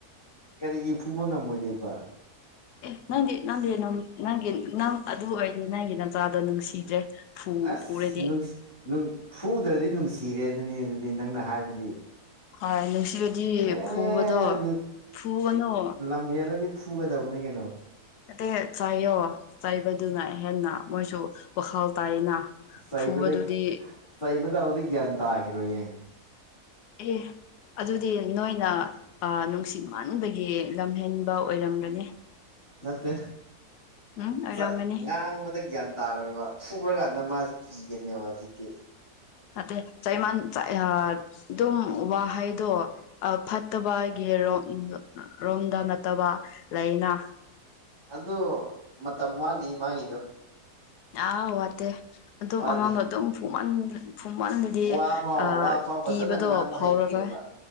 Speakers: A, on the left; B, on the left.
A: ꯀꯔꯤꯒꯤ ꯐꯨꯕ ꯉꯝꯃꯣꯏꯗꯣꯏꯕ
B: ꯑꯦ ꯅꯪꯗꯤ ꯅꯪꯗꯤ ꯅꯝ ꯅꯪꯒꯤ ꯅꯪ ꯑꯗꯨ ꯑꯣꯏꯔꯗꯤ ꯅꯪꯒꯤ ꯅꯆꯥꯗꯣ ꯅꯨꯡꯁꯤꯗ꯭ꯔꯦ ꯐꯨ
A: ꯑꯁ
B: ꯐꯨꯔꯗꯤ
A: ꯅꯨꯡꯁ ꯅꯨꯡ ꯐꯨꯗ꯭ꯔꯗꯤ ꯅꯨꯡꯁꯤꯔꯦ ꯑꯗꯨꯅꯤ ꯑꯗꯨꯅꯤ ꯅꯪꯅ ꯍꯥꯏꯕꯗꯤ
B: ꯍꯣꯏ ꯅꯨꯡꯁꯤꯕꯗꯤ
A: ꯑꯦ
B: ꯐꯨꯕꯗꯣ ꯐꯨꯒꯅꯨ
A: ꯃꯦꯜꯂꯗꯤ ꯐꯨꯒꯗꯕꯅꯤ ꯀꯩꯅꯣ
B: ꯅꯠꯇꯦꯍꯦ ꯆꯩꯌꯣ ꯆꯩꯕꯗꯨꯅ ꯍꯦꯟꯅ ꯃꯣꯏꯁꯨ ꯋꯥꯈꯜ ꯇꯥꯏꯅ
A: ꯆꯩꯕꯗꯒꯤ
B: ꯐꯨꯕꯗꯨꯗꯤ
A: ꯆꯩꯕꯗ ꯍꯧꯖꯤꯛ ꯒ꯭ꯌꯥꯟ ꯇꯥꯈꯤꯔꯣꯏꯌꯦ
B: ꯑꯦ ꯑꯗꯨꯗꯤ ꯅꯣꯏꯅ ꯑ ꯅꯨꯡꯁꯤꯃꯟꯕꯒꯤ ꯂꯝꯍꯦꯟꯕ ꯑꯣꯏꯔꯝꯒꯅꯤ
A: ꯅꯠꯇꯦ
B: ꯎꯝ ꯑꯣꯏꯔꯝꯒꯅꯤ
A: ꯆꯩ ꯉꯥꯡꯕ ꯗ ꯒ꯭ꯌꯥꯟ ꯇꯥꯔꯣꯏꯕ ꯐꯨꯕ꯭ꯔꯀꯥꯟꯗ ꯃꯥꯖꯦ ꯀꯤꯒꯅꯦꯕ ꯍꯧꯖꯤꯛꯇꯤ
B: ꯅꯠꯇꯦ ꯆꯩꯃꯥꯟ ꯆꯥꯛꯑꯦ ꯍꯥꯏꯕ ꯗꯨꯝ ꯋꯥꯍꯩꯗꯣ ꯐꯠꯇꯕꯒꯤ ꯔꯣꯝ ꯔꯣꯝꯗ ꯅꯠꯇꯕ ꯂꯩꯅ
A: ꯑꯗꯨ ꯃꯇꯝ ꯋꯥꯠꯂꯤ ꯃꯥꯒꯤꯗꯣ
B: ꯑꯥ ꯋꯥꯗꯦ ꯑꯗꯨꯝ
A: ꯋꯥꯠꯂꯤ
B: ꯑꯉꯥꯡꯗꯣ ꯑꯗꯨꯝ ꯐꯨꯃꯟ ꯐꯨꯝꯃꯟꯗꯗꯤ
A: ꯋꯥ ꯐꯥꯎ
B: ꯑ
A: ꯋꯥ ꯐꯥꯎ ꯐꯖꯅ
B: ꯀꯤꯕꯗꯣ ꯐꯥꯎꯔꯔꯣꯏ
A: ꯍꯩꯇ꯭ꯔꯤꯑꯕ